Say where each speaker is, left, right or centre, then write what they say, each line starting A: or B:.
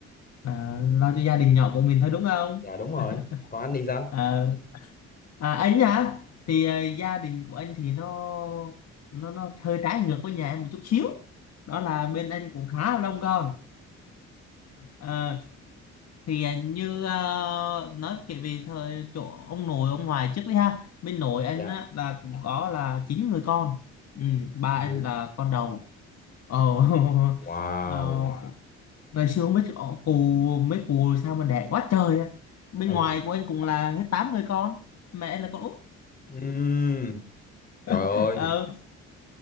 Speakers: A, on the left; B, on the left.
A: à, lo cho gia đình nhỏ của mình thôi đúng không?
B: dạ đúng rồi
A: <laughs>
B: còn anh thì sao
A: Ờ, À, anh hả? Thì ờ, gia đình của anh thì nó nó nó hơi trái ngược với nhà em một chút xíu. Đó là bên anh cũng khá là đông con. Ờ, thì ờ, như ờ, nói kể về thời chỗ ông nội ông ngoại trước đi ha. Bên nội anh
B: Dạ.
A: á, là cũng có là chín người con. Ừ, ba
B: Ồ,
A: anh là con đầu. Ồ, <laughs>
B: wow.
A: ờ, ngày xưa không biết chỗ- cụ mấy cụ sao mà đẻ quá trời á. Bên
B: Ừ.
A: ngoài của anh cũng là hết tám người con. Mẹ anh là con út.
B: Ừm, trời
A: <laughs>
B: ơi,